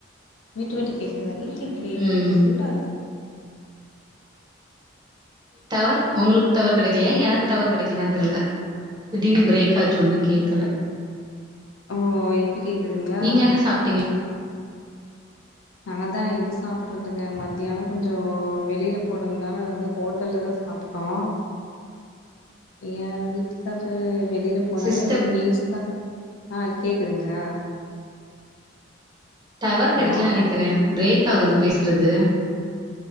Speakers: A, on the left (about 75°); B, on the right (about 20°).
A: விட்டு விட்டு கேக்குதுதா இல்லிங்லே
B: ம்
A: எனக்கு ஃபுல்லா இருக்குதுங்க
B: டவர் உங்களுக்கு டவர் கெடைக்கலையா எனக்கு டவர் கெடை ஏயா தெர்ல திடீனு பிரேக் ஆச்சு ஒன்னு கேக்கல
A: ஓ இப்போ கேக்குதுங்களா
B: நீங்க என்ன சாப்ட்டீங்க
A: நா தா இது சாப்புட்டு வந்தேங்க மத்தியானோ கொஞ்சோ வெளியில போனங்னால வந்து ஹோட்டல்ல தா சாப் ட்டோ எயா வீட்டுக்காரு வெளியில போனாவே
B: சிஸ்டர்
A: வந்து மீல்ஸ் தா ஆ கேக்குதுங்ளா
B: டவர் கெடைக்கல
A: ஹலோ
B: நெனைக்கிறே பிரேக் ஆகுது பேசுறது